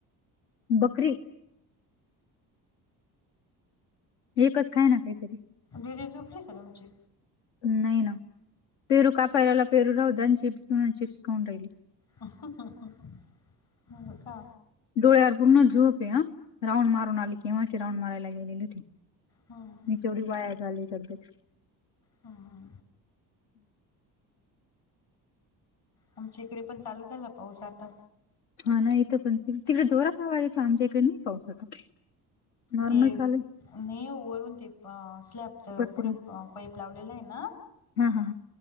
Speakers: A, on the left; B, on the left.
A: बकरी एकच खाय ना काहीतरी.
B: दिदी झोपली का तुमची?
A: नाही ना, पेरू कापयला लावला पेरू राहू दया आणि चिप्स अन चिप्स खाऊन राहिली.
B: हो का.
A: डोळ्यावर पूर्ण झोप ये हा, राऊंड मारून आली केव्हाची राऊंड मारायला गेलेली होती.
B: हम्म हम्म
A: नी तेवढी वाया झाली सध्याची
B: हा हा आमच्या इकडे पण चालू झाला पाऊस आता.
A: हा ना, इथं पण तिकडे जोरात हवा येत, आमच्या इकडे नाही पाऊस आता. नॉर्मल
B: ते नाही
A: चालू आहे.
B: ओ वरून ते प स्लॅपच
A: पत्र्या
B: पुढे प पईप लावलेला आहे ना
A: हा हा हा